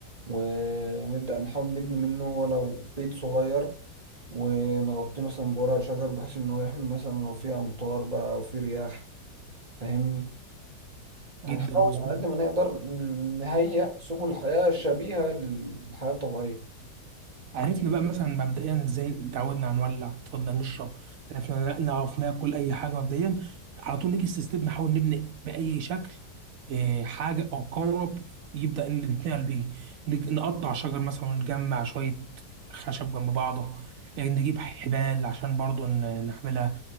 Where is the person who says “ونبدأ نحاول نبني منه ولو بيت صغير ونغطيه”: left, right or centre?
Right